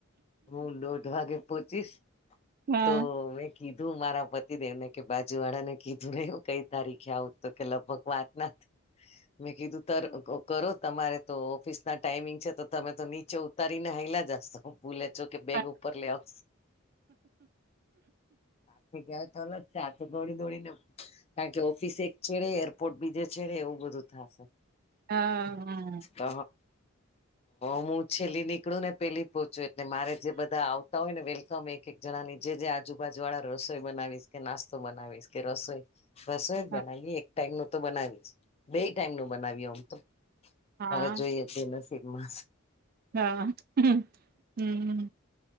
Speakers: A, on the left; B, on the right.
A: હું દોઢ વાગે પોહચીશ
B: હા
A: તો મેં. કીધું મારા પતિદેવને કે, બાજુ વાળા ને કીધું ને, હું કઈ તારીખે આવું તો કે લગભગ વાત ના. મેં કીધું, તો કરો, તમારે તો ઓફિસ ના ટાઈમિંગ છે, તો તમે તો નીચે તારી નાહેલા જશે, પૂલે. જો કે, બેગ
B: હા
A: ઉપર લે આવે, સાથે ગયા તો. દોડી દોડીને, કારણ કે ઓફિસ એક છેડે, એરપોર્ટ બીજે છેડે, એવું બધું થશે.
B: હા, હા.
A: હ, હું છેલ્લી નીકળું ને, પેલી પોહોચું એટલે મારે જે બધા. તો હોય ને, વેલકમ એક એક જણાની, જે આજુબાજુ વાળા રસોઈ બનાવીશ કે નાસ્તો બનાવીશ કે રસોઈ. રસોઇ
B: હા
A: બનાવીએ, એક ટાઈમ નું તો બનાવીશ. બે ટાઈમ નું બનાવ્યું, આમ તો
B: હા
A: હવે જોઈએ છે નસીબમાં‌.
B: હા. હમ